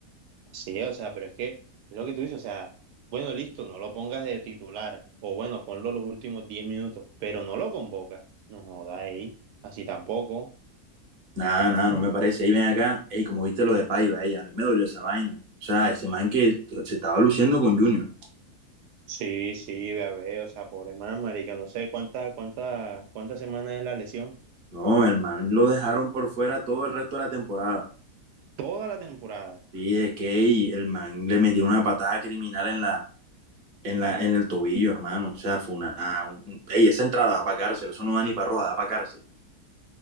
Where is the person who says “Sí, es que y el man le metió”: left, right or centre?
Right